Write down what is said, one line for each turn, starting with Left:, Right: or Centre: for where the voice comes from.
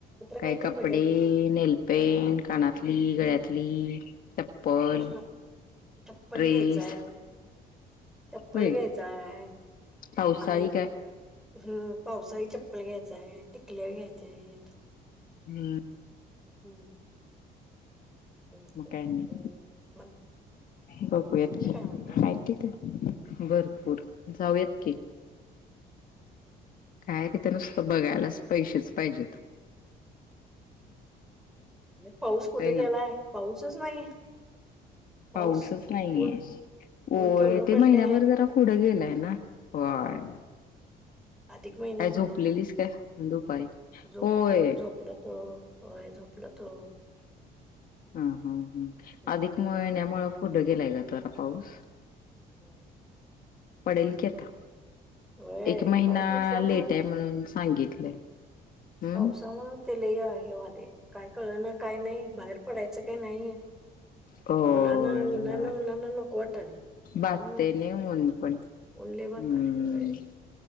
Left: काही
Centre: काहीतर
Left: कपडे,
Centre: बघूया की
Left: नेलपेंट, कानातली,
Centre: हम्म
Left: गळ्यातली चप्पल,
Centre: <inaudible> चप्पल
Left: ड्रेस
Centre: घ्यायचाय चप्पल
Left: होय.
Centre: घ्यायचाय
Left: पावसाळी
Centre: आणि
Left: काय
Centre: हम् पावसाळी चप्पल घ्यायचाय, टिकल्या घ्यायच्याय आहेत
Left: हम्म
Centre: हम्म ह
Left: मग
Centre: हम्
Left: काय नाही.
Centre: <unintelligible>
Left: बघूयात की
Centre: म्हणलं
Left: आहे तिथं भरपूर <inaudible> जाऊयात की. काय तिथं नुसतं बघायलाच पैसेच पाहिजेत.
Centre: पाऊस कुठे
Left: होय
Centre: गेलाय
Left: ना.
Centre: पाऊसच नाही. पाऊस
Left: पाऊसच नाहीये
Centre: ऊन ऊन
Left: ओय
Centre: केवढं
Left: ते
Centre: पडले
Left: महिन्याभर जरा पुड... पुढं गेलाय ना? होय
Centre: अधिक महिन्यामुळं
Left: काय झोपलेलीस काय दुपारी?
Centre: झोप
Left: होय.
Centre: झोपलं तो होय झोपलोतो.
Left: हा- हा -ह
Centre: हम्म
Left: अधिक महिन्यामुळ पुढं गेलाय ग जरा पाऊस.
Centre: हम्म. <inaudible>
Left: पडेल की आता
Centre: होय
Left: एक महिना
Centre: पाऊस नसल्यामुळं
Left: लेट आहे म्हणून सांगितलंय. हम्म
Centre: पावसामुळे ते लय हे व्हालय काय कळना काय नाही बाहेर पडायचं च काय नाहीे
Left: होय
Centre: उनान- उनान- उनान नको वाटायल
Left: बाधतय
Centre: हम्म.
Left: नाही ऊन पण
Centre: ऊन लय वाटालंय
Left: हम्म..
Centre: होय